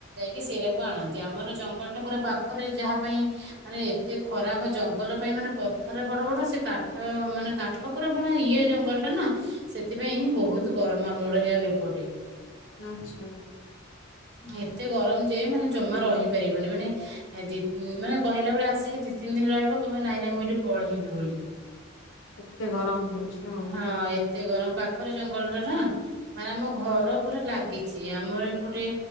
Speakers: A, on the right; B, on the left.
A: ଇଏ ସେରାକୁ ଆଣନ୍ତି ଆମର ଜଙ୍ଗଲଟା ପୁରା ପାଖରେ ଯାହା ପାଇଁ ମାନେ ଏତେ ଖରା ଆମ ଜଙ୍ଗଲ ପାଇଁ ମାନେ ପଥର ବଡ ବଡ ସେ କାଠ ମାନେ କା ଠ ପୁରା ଇଏ ଜଙ୍ଗଲଟା ନାଁ ସେଥିପାଇଁ ବହୁତ ଗରମ ଆମର ଏ ଏପଟେ।
B: ଆଚ୍ଛା।
A: ଏତେ ଗରମ ଯେ ମାନେ ଜମା ରହିପାରିବନି ମାନେ ଏ ଦି ଉଁ ମାନେ କହିଲାବେଳେ ଆସିକି ଦି ତିନ ଦିନ ରହିବ କହିବ ନାଇଁ ନାଇଁ ମୁଁ ଏଠୁ ପଳେଇବି ବୋଲି।
B: ଏତେ ଗରମ ହଉଛି ଆଉ।
A: ହଁ ଏତେ ଗରମ ପାଖରେ ଜଙ୍ଗଲଟା ନା। ମାନେ ଆମ ଘର ପୁରା ଲାଗିଛି ଆମର ଏପଟେ